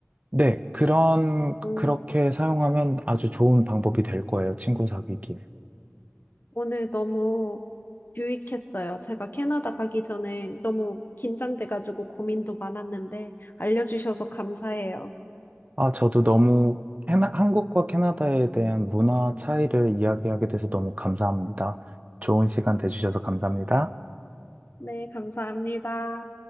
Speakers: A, on the right; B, on the left.
A: 네, 그런,
B: 음,
A: 그렇게 사용하면 아주 좋은 방법이 될 거예요. 친구 사귀기에.
B: 오늘 너무 유익했어요. 제가 캐나다 가기 전에 너무 긴장돼가지고 고민도 많았는데 알려주셔서 감사해요.
A: 아, 저도 너무 캐나, 한국과 캐나다에 대한 문화 차이를 이야기하게 돼서 너무 감사합니다. 좋은 시간 되주셔서 감사합니다.
B: 네, 감사합니다.